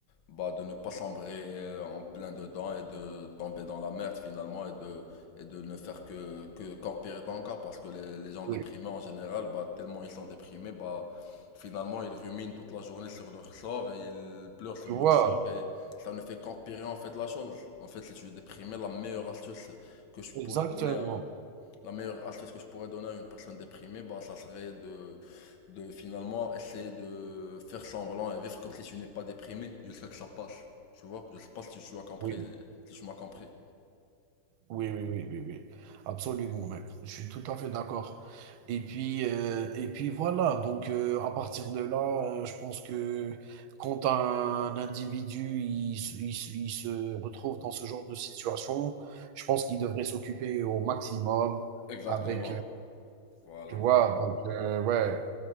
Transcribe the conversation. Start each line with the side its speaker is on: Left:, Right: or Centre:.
Left: bah, de ne pas sombrer euh, en plein dedans et de tomber dans la merde finalement et de, et de ne faire que, que, qu'empirer ton cas parce que les, les gens
Right: Oui,
Left: déprimés en général, bah, tellement ils sont déprimés, bah, finalement ils ruminent toute la journée sur leur sort et ils pleurent sur
Right: tu
Left: leur
Right: vois?
Left: sort et ça ne fait qu'empirer en fait la chose. En fait, si tu es déprimé, la meilleure astuce que je pourrais
Right: Exactement,
Left: donner à la meilleure astuce que je pourrais donner à une personne déprimée, bah, ça serait de, de finalement essayer de faire semblant et vivre comme si tu n'es pas déprimé jusqu'à que ça passe. Tu vois? Je sais pas si tu as compris,
Right: oui.
Left: si tu m'as compris.
Right: Oui, oui, oui, oui, oui. Absolument, mec. Je suis tout à fait d'accord. Et puis, euh, et puis voilà. Donc, euh, à partir de là, euh, je pense que quand un individu il, se- il, se il se retrouve dans ce genre de situation, je pense qu'il devrait s'occuper au maximum
Left: Exactement.
Right: avec, euh,
Left: Voilà.
Right: tu vois, donc, euh, ouais,